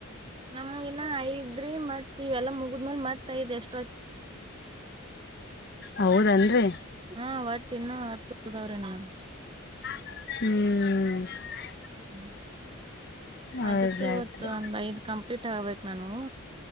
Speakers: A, on the right; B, on the left.
A: ನಮ್ಮವು ಇನ್ನ ಐದ್ರಿ ಮತ್ ಇವೆಲ್ಲಾ ಮುಗಿದ್ಮೇಲೆ ಮತ್ ಥೈದೆಷ್ಟ್
B: ಹೌದನ್ರೀ
A: ಹಾ ಒಟ್ <unintelligible>
B: ಹ್ಮೂ.
A: ಹ್ಮ್.
B: ಹೌದಾಯ್ತು
A: ಅದಕ್ಕೆ ಇವತ್ತು ಒಂದ್ ಐದ್ ಕಂಪ್ ಫಿಟ್ ಆಗ್ಬೇಕ್ ನಾನೂ.